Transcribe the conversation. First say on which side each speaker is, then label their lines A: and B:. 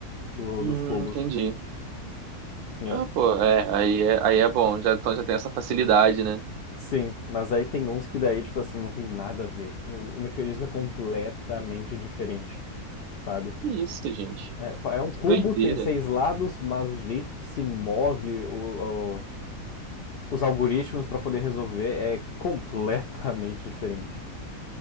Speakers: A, on the left (about 75°); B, on the right (about 75°).
A: Do,
B: Hum,
A: dos cubos.
B: entendi.
A: É.
B: Ah, pô, é, aí é, aí é bom, já, então já tem essa facilidade, né?
A: Sim, mas aí tem uns que daí, tipo assim, não tem nada a ver. O, o mecanismo é completamente diferente, sabe?
B: Que isso, gente.
A: É, é um cubo,
B: Que doideira.
A: tem seis lados, mas o jeito que se move o, o- os algoritmos pra poder resolver é completamente diferente.